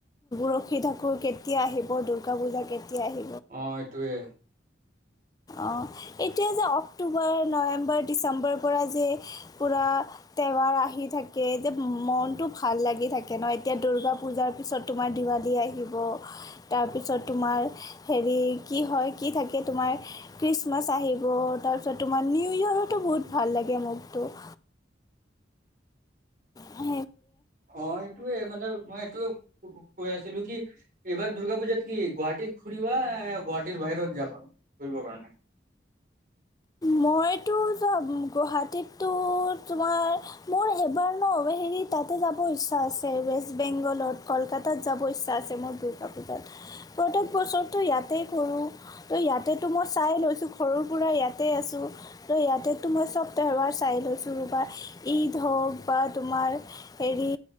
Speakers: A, on the left (about 20°); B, on the right (about 45°).
A: ৰখী থাকো কেতিয়া আহিব দূৰ্গা পূজা কেতিয়া আহিব
B: হয়টোৱে <unintelligible>
A: অঁ এতিয়া যে অক্টোবৰ নৱেম্বৰ ডিচেম্বৰৰ পৰা যে পূৰা টেবাৰ আহি থাকে যে মনটো ভাল লাগি থাকে ন এতিয়া দূৰ্গা পূজাৰ পিছত তোমাৰ <unintelligible> দিবালী আহিব তাৰপিছত তোমাৰ হেৰি কি হয় কি থাকে তোমাৰ খ্ৰীষ্টমাছ আহিব তাৰপিছত তোমাৰ নিউ ইয়েৰৰতো বহুত ভাল লাগে মোকতো <inaudible> হ
B: অ এইটোয়ে মানে মই এইটোয়ে কৈ আছিলো কি এইবাৰ দূৰ্গা পুজাত কি গুৱাহাটীৰ ফুৰিবা গুৱাহাাটীৰ বাহিৰত যাবা ঘূৰিব কাৰণে <unintelligible>
A: মইতো যব গুৱাহাটীততো তোমাৰ মোৰ এবাৰ ন <unintelligible> হেৰি তাতে যাব ইচ্ছা আছে ৱেষ্ট বেংগলত কলকাতাত যাব ইচ্ছা আছে মোৰ দূৰ্গা পূজাত প্ৰত্যেক বছৰটো ইয়াতে কৰো ত ইয়াতেটো মই চাই লৈছো সৰুৰে পৰা ইয়াতে <unintelligible> আছো ইয়াতে তোমাৰ চব তেওহাৰ চাই লৈছো বা ঈদ হওক বা তোমাৰ তোমাৰ হেৰি